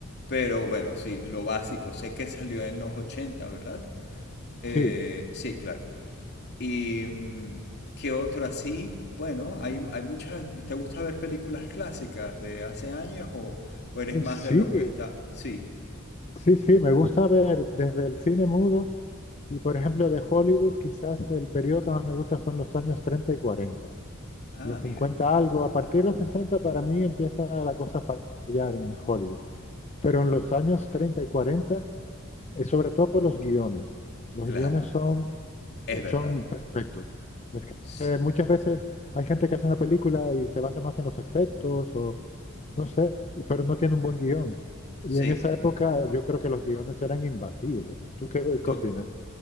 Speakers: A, on the left (about 50°); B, on the left (about 35°).
A: pero bueno, sí, lo básico. Sé que salió en los ochenta ¿verdad? Eh,
B: Sí,
A: sí, claro. ¿Y mm, qué otro así? Bueno, hay, hay muchas... ¿Te gusta ver películas clásicas de hace años o, o eres
B: eh,
A: más
B: sí,
A: de los que está... Sí.
B: sí, sí, me gusta ver desde el cine mudo y, por ejemplo, de Hollywood, quizás el periodo que más me gusta son los años 30 y 40.
A: Ah,
B: Los
A: mira.
B: 50 algo, a partir de los 60 para mí empieza la cosa a fallar en, en Hollywood. Pero en los años 30 y 40, eh, sobre todo por los guiones. Los
A: Claro,
B: guiones son
A: es verdad.
B: Son perfectos. Es que
A: Sí,
B: eh, muchas veces hay gente que hace una película y se basa más en los efectos o no sé, y- pero no tiene un buen guión. Y
A: sí,
B: en esa época yo creo que los guiones eran imbatibles. ¿Tú qué,
A: to-
B: qué opinas?